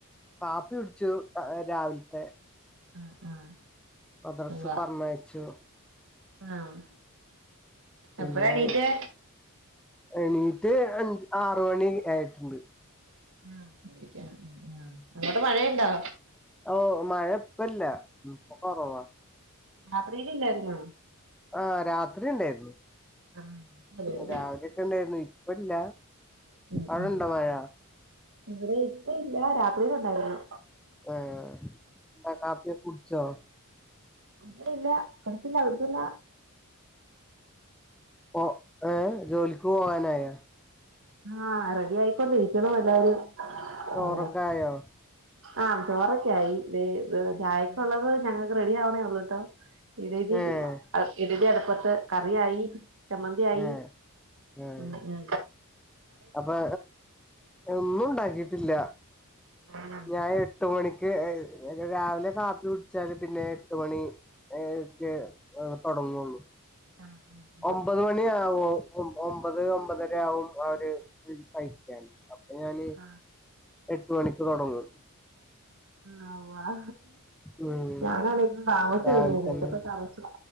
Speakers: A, in the centre; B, on the right.
A: കാപ്പി കുടിച്ചു രാവില്ത്തെ
B: ആഹ് ആഹ്
A: മദ്രസ്
B: ഉവ്വ
A: പറഞ്ഞയച്ചു
B: ആഹ്
A: പിന്നെ
B: എപ്പഴാ എണീറ്റെ
A: എണീറ്റ് അഞ്ച്ആറ് മണി ആയിട്ടുണ്ട്
B: ആഹ് ഒറ്റക്കാണ് ആഹ് അങ്ങോട്ടു മഴയുണ്ടോ
A: ഓ മഴ ഇപ്പല്ല ഇപ്പ കൊറവാ
B: രാത്രിലില്ലായിരുന്നോ
A: ആഹ് രാത്രി ഇണ്ടായിരുന്നു
B: ആഹ് ഇവിടെണ്ടായിരുന്നു
A: രാവിലെ ഒക്കെ ഇണ്ടായിരുന്നു ഇപ്പല്ല
B: ഉം
A: അവിടെണ്ടോ
B: ഉം
A: മഴ
B: ഇവിടെ ഇപ്പ ഇല്ല രാത്രിയില് ഉണ്ടായിരുന്നു
A: ആഹ് ആ കാപ്പി കുടിച്ചോ
B: വടെ ഇല്ല കുടിച്ചില്ല കുടി ച്ചില്ല
A: ഒ ഏഹ് ജോലിക്ക് പോകാനായെ
B: ആഹ റെഡി ആയിക്കൊണ്ടിരിക്കണ എല്ലാരും
A: ചോറൊക്കെ
B: ഉ
A: ആയോ
B: ആഹ ചോറൊക്കായി ചായക്കുള്ളത് ഞങ്ങൾക്ക് റെഡി ആവണേ ഉള്ളൂട്ടോ ഇടലി
A: ഏഹ്
B: ഇടലി അടുപ്പത്ത് കറിയായി ചമ്മന്തി ആയി
A: ഏഹ് ഏഹ്
B: ഉ ഉ
A: അപ്പൊ ഒന്നും ഉണ്ടാക്കിട്ടില്ല
B: ആഹ്
A: ഞൻ എട്ട മണിക്ക് രാവിലെ കാപ്പി കുടിച്ചാല് പിന്നെ എട്ട് മണി ഏ ഒക്കെ തുടങ്ങുള്ളു
B: ആ ആ
A: ഒമ്പത് മണിയ ആവോ ഒമ്പത് ഒമ്പതര ആവും അവര് കഴിക്കാൻ അപ്പൊ ഞാന്
B: ആഹ്
A: എട്ട് മണിക്ക് തുടങ്ങും
B: ഉ ആ്..
A: ഉം
B: ഞാനാണെങ്കും താമസം
A: രാവിലെ
B: വുന്നീട്ടപ്പ
A: തന്നെ
B: താമസ